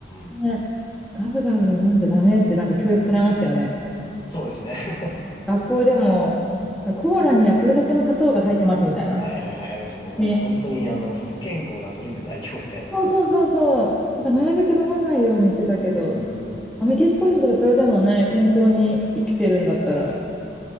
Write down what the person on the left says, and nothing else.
ん。
そうですね。<laughs>
はいはいはい、ありました。もうなんか本当にあの、
不健康なドリンク代表みたいな。
うーん。